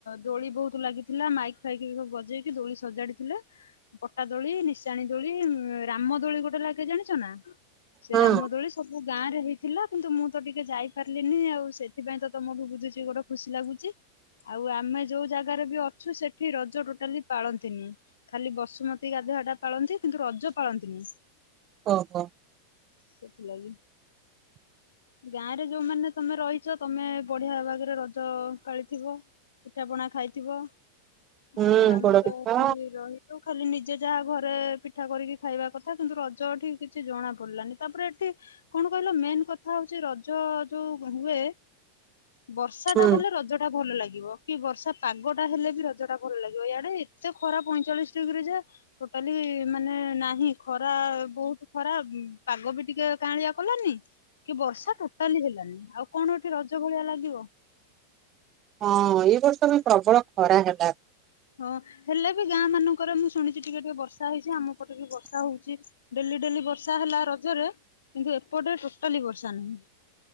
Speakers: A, on the left (about 65°); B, on the right (about 30°).
A: ଦୋଳି ବହୁତ ଲାଗିଥିଲା ମାଇକ୍ ଫାଇକି ବଜେଇକି ଦୋଳି ସଜାଡିଥିଲେ। ପଟାଦୋଳି, ନିଶାଣିଦୋଳି, ରାମ ଦୋଳି ଗୋଟିଏ ଲାଗେ ଜାଣିଚ ନା? ସେ
B: ହଁ
A: ରାମ ଦୋଳି ସବୁ ଗାଁ ରେ ହେଇ ଥିଲା କିନ୍ତୁ ମୁଁ ତ ଟିକେ ଯାଇପାରିଲିନି ଆଉ ସେଥିପାଇଁ ତମଠୁ ବୁଝୁଚି ଗୋଟାଏ ଖୁସି ଲାଗୁଚି ଆଉ ଆମେ ଯୋଉ ଜାଗାରେ ବି ଅଛୁ ସେଠି ରଜ ଟୋଟାଲି ପାଳନ୍ତିନି। ଖାଲି ବସୁମତୀ ଗାଧୁଆ ଟା ପାଳନ୍ତି କିନ୍ତୁ ରଜ ପାଳନ୍ତିନି।
B: ଓହୋ।
A: ସେଥିଲାଗି ଗାଁ ରେ ଯୋଉମାନେ ତମେ ରହିଚ ତମେ ବଢିଆ ଭାବରେ ରଜ ପାଳିଥିବ ପିଠା ପଣା ଖାଇଥିବ
B: ହୁଁ
A: ଆଉ ଆମେ
B: ପୋଡ
A: ତ
B: ପିଠା
A: ଏଠି ରହି ତ ଖାଲି ନିଜେ ଯାହା ଘରେ ପିଠା କରିକି ଖାଇବା କଥା କିନ୍ତୁ ରଜ ଏଠି କିଛି ଜଣା ପଡିଲାନି ତାପରେ ଏଠି କଣ କହିଲ ମେନ୍ କ କଥା ହଉଚି ରଜ ଯୋଉ ହୁଏ ବର୍ଷା
B: ହୁଁ
A: ଟା ହେଲେ ରଜ ଟା ଭଲ ଲାଗିବ କି ବର୍ଷା ପାଗଟା ହେଲେ ବି ରଜ ଟା ଭଲ ଲାଗିବ ଇଆଡେ ଏତେ ଖରା ପଇଁଚାଳିଶ ଡିଗ୍ରୀ ଯେ ଟୋଟାଲି ମାନେ ନାହିଁ ଖରା ବହୁତ ଖରା ପାଗ ବି ଟିକିଏ କାଁଳିଆ କଲାନି କି ବର୍ଷା ଟୋଟାଲି ହେଲାନି ଆଉ କଣ ଏଠି ରଜ ଭଳିଆ ଲାଗିବ।
B: ହଁ ଏଇ ବର୍ଷ ବି ପ୍ରବଳ ଖରା ହେଲା।
A: ହଁ ହେଲେ ବି ଗାଁ ମାନଙ୍କରେ ମୁଁ ଶୁଣିଚି ଟିକିଏ ଟିକିଏ ବର୍ଷା ହେଇଚି ଆମ ପଟେ ବି ବର୍ଷା ହଉଚି। ଡେଲି ଡେଲି ବର୍ଷା ହେଲା ରଜରେ କିନ୍ତୁ ଏପଟେ ଟୋଟାଲି ବର୍ଷା ନାହିଁ।